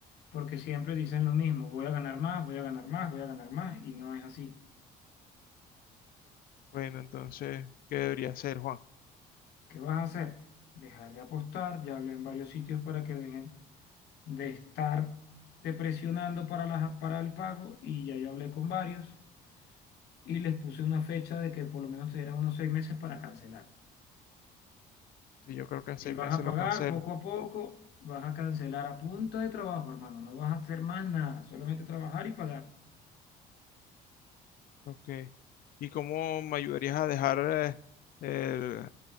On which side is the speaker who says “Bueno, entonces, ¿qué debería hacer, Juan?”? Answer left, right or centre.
Left